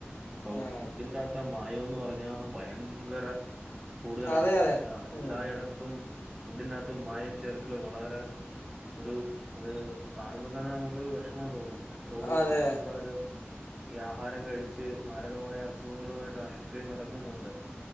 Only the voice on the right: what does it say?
അപ്പം
ഫുഡിന്റെകത്തെ മാ മായൊന്ന്പറഞ്ഞാ ഭയങ്കര കൂടുതലാണ്
എല്ലാ എല്ലായിട
ത്തും ഫുഡിനകത്ത് മായംചേർക്കല് വളരെ ഒരു അത് കാണുമ്പോതന്നെ നമുക്കൊരു വിഷമംതോന്നും എത്രോ
ആൾക്കാര് ഈ ആഹാരംകഴിച്ച് മാരകമായ അസുഖങ്ങളുമായിട്ട് ആശുപത്രിയിൽ നടക്കുന്നുണ്ട്